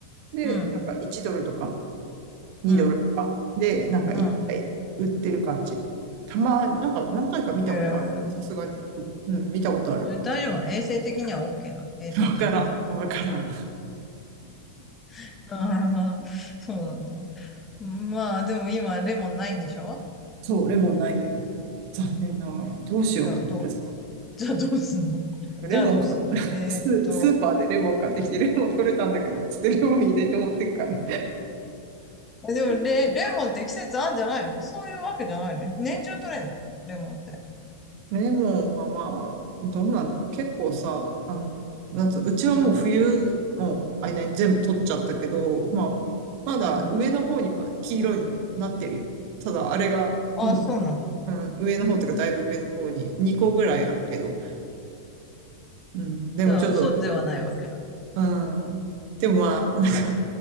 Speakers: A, on the right (about 45°); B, on the left (about 20°).
A: で、
B: うん。
A: なんか1ドルとか2ドルとかで、
B: うん。
A: なんか1杯売ってる感じ。
B: うん。
A: たま、なんか何回か見たことある。
B: へえ。
A: さすがに、うん、見たことある。
B: 大丈夫なの衛生的には OK なの衛生的に。
A: わからん。わからん。
B: <laughs> ああ、そうなんだ。まあ、でも今、レモンないんでしょ
A: そう、レモンないのよ。残念ながら。どうしようと思ってさ。
B: じゃあ、どう、<laughs> じゃあどうすんの <laughs>
A: レモン買っ
B: じゃあどうすんのえーっと、
A: <laughs> て、ススーパーでレモン買ってきて、レモン取れたんだけど、つってレモン入れて持ってくから。
B: えでもレ、レモンって季節あんじゃないのそういうわけじゃないの年中取れんのレモンって。
A: レモンはまあ、どうなんだろう。結構さ、あの、なんつう、うちはもう冬の間に全部取っちゃったけど、
B: うん、
A: まあ、まだ上の方には黄色いのなってるよ。
B: うん。
A: ただ、あれが、
B: ああ、
A: うん、
B: そうなんだ。
A: うん、上の方というかだいぶ上の方に2個ぐらいあるけど、うん、でもちょっと
B: じゃあ、嘘ではないわけだ。
A: うん。でもまあ、なんか、